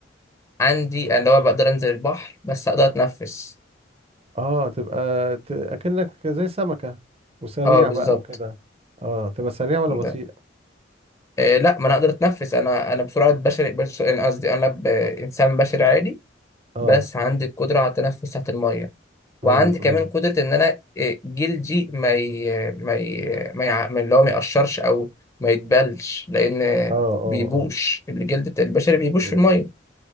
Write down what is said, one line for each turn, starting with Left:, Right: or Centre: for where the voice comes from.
Left: عندي اللي هو بقدر انزل البحر بس اقدر اتنفس
Right: اه تبقى ت... اكنك زي سمكة وسريع
Left: اه بالظبط
Right: بقى وكده اه تبقى سريع ولا
Left: انت
Right: بطيء
Left: آه، لا ما انا اقدر اتنفس انا انا بسرعه بشري بشري أنا قصدي انا ب- انسان بشري عادي
Right: اه
Left: بس عندي القدره على التنفس تحت الميه وعندي
Right: امم
Left: كمان قدره ان انا آه، جلدي ما ي... ما ي... ما يع... ما اللي هو ما يقشرش او ما يتبلش لان آه،
Right: اه اه
Left: بيبوش
Right: اه
Left: الجلد بتاع البشري بيبوش
Right: مم.
Left: في الميه